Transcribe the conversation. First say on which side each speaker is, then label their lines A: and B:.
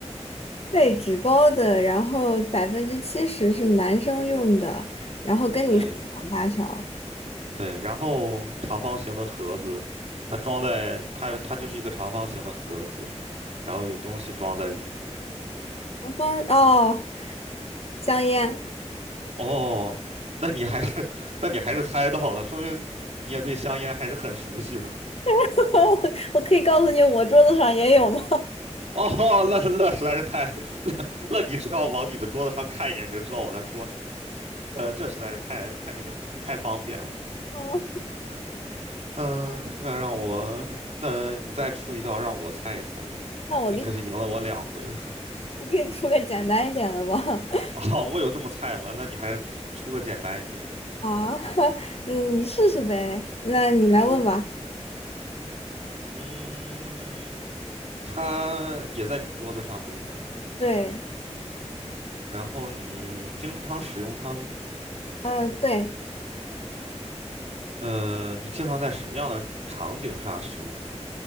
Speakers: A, on the left; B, on the right.
A: 被纸包的，然后百分之七十是男生用的，然后跟你手掌大小，
B: 对，对，然后长方形的盒子，它装在它它就是一个长方形的盒子，然后有东西装在里面。
A: 长方哦，香烟。
B: 哦，那你还是 <laughs> 那你还是猜到了，说明你也对香烟还是很熟悉的嘛。
A: <laughs> 我我可以告诉你，我桌子上也有吗？
B: 哦，<laughs> 那那实在是太，那你只要往你的桌子上看一眼，你就知道我在说什么了。呃，这实在是太太那个什么，太方便了。
A: <laughs> 哦
B: 嗯，那让我，那你再出一道让我猜一猜吧。
A: 那我给你，
B: 那你可是赢了我两回了。
A: 我给你出个简单一点的吧。<laughs>
B: <laughs> 哦，我有这么菜吗？那你还出个简单一点的。
A: 啊，<laughs> 嗯，你试试呗。那你来问吧。
B: 嗯哼，嗯，它也在你的桌子上，对吗？
A: 对，
B: 然后你经常使用它吗？
A: 嗯，对，
B: 呃，你经常在什么样的场景下使用它？